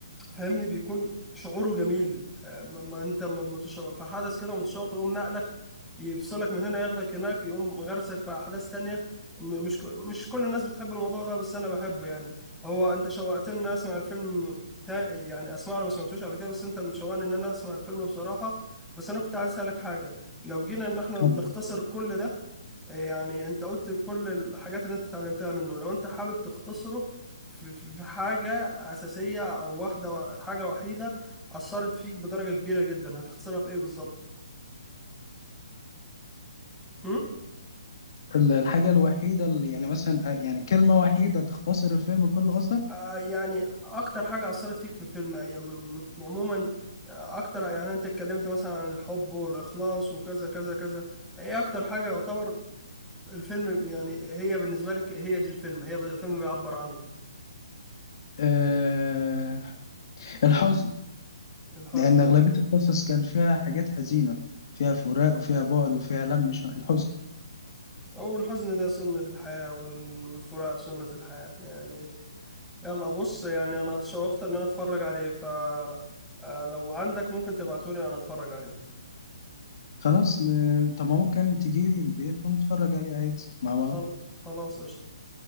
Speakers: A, in the centre; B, on the left.
A: فاهمني بيكون شعوره جميل آه، ما ما انت ما متشوق في حدث كده متشوق يقوم نقلك يفصلك من هنا ياخدك هناك يقوم غرسك في احداث تانية م- مش ك- مش كل الناس بتحب الموضوع ده بس انا بحبه يعني هو انت شوقتني ان انا اسمع الفيلم تا- يعني اسمعه انا ما سمعتوش قبل كده بس انت مشوقني ان انا اسمع الفيلم بصراحة بس انا كنت عايز اسالك حاجة لو جينا ان احنا نختصر
B: طبعا
A: كل ده يعني انت قلت كل الحاجات اللي انت اتعلمتها منه لو انت حابب تختصره في في في حاجة أساسية أو واحدة و- حاجة وحيدة أثرت فيك بدرجة كبيرة جدا هتختصرها في إيه بالظبط؟ م؟
B: ال- الحاجة الوحيدة اللي يعني مثلا آه، يعني كلمة وحيدة تختصر الفيلم كله قصدك
A: آه، يعني أكتر حاجة أثرت فيك في الفيلم يعني م- م- عموما آه، أكتر يعني أنت اتكلمت مثلا عن الحب والإخلاص وكذا كذا كذا إيه أكتر حاجة يعتبر الفيلم يعني هي بالنسبة لك هي دي الفيلم هي ب- الفيلم بيعبر عنه
B: أه الحزن
A: الحزن
B: لأن أغلبية القصص كان فيها حاجات حزينة فيها فراق وفيها بعد وفيها لم ش- الحزن
A: والحزن ده سنة الحياة وال- والفراق سنة الحياة يعني يلا بص يعني انا اتشوقت ان انا اتفرج عليه ف آه، لو عندك ممكن تبعتولي انا اتفرج عليه
B: خلاص ن- طب ما ممكن تجيلي البيت ونتفرج عليه عادي مع
A: خل...
B: بعض
A: خلاص قشطة